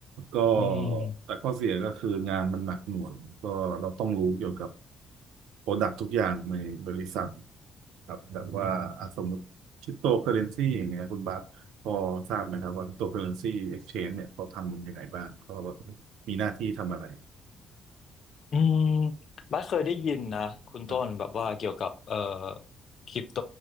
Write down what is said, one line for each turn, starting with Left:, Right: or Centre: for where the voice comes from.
Right: ก็
Left: อืม
Right: แต่ข้อเสียก็คืองานมันหนักหน่วงก็เราต้องรู้เกี่ยวกับโปรดักทุกอย่างในบริษัทครับแบบว่าอ่ะสมมติคริปโตเคอเรนซีอย่างเงี้ยคุณบาสพอทราบไหมครับว่าคริปโตเคอเรนซีเอ็กชแนนเนี่ยเขาทำมันยังไงบ้างเขามีหน้าที่ทำอะไร
Left: อืมบัสเคยได้ยินนะคุณต้นแบบว่าเกี่ยวกับเอ่อ
Right: ครับ
Left: คริปโต